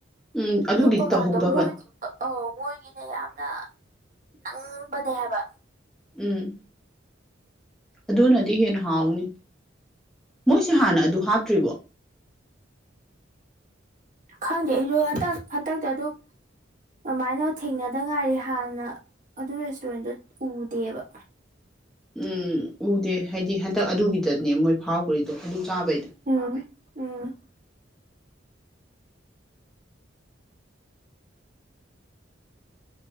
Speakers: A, in the centre; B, on the right.
A: ꯎꯝ ꯑꯗꯨꯒꯤꯗꯤ
B: ꯂꯨꯞꯄ ꯀꯥꯟꯗꯣꯏ
A: ꯇꯧꯍꯧꯗꯕꯅꯤ
B: ꯑꯩꯅ ꯌꯥꯝꯅ ꯅꯪꯕꯅꯦ ꯍꯥꯏꯕ
A: ꯎꯝ ꯑꯗꯨꯅꯗꯤ ꯍꯦꯟꯅ ꯍꯥꯎꯅꯤ ꯃꯣꯏꯁꯦ ꯍꯥꯟꯅ ꯑꯗꯨ ꯍꯥꯞꯇ꯭ꯔꯤꯕꯣ
B: ꯈꯪꯗꯦ ꯑꯩꯁꯨ ꯍꯟꯇꯛ ꯍꯟꯇꯛꯇ ꯑꯗꯨ ꯑꯗꯨꯃꯥꯏꯅ ꯊꯦꯡꯅꯗ ꯉꯥꯏꯔꯤ ꯍꯥꯟꯅ ꯑꯗꯨ ꯔꯦꯁꯇꯨꯔꯦꯟꯗꯨ ꯎꯗꯦꯕ
A: ꯎꯝ ꯎꯗꯦ ꯍꯥꯏꯗꯤ ꯍꯟꯗꯛ ꯑꯗꯨꯒꯤꯗꯅꯦ ꯃꯣꯏ ꯐꯥꯎꯈ꯭ꯔꯤꯗꯣ ꯑꯗꯨ ꯆꯥꯕꯩꯗꯣ
B: ꯎꯝ ꯎꯝ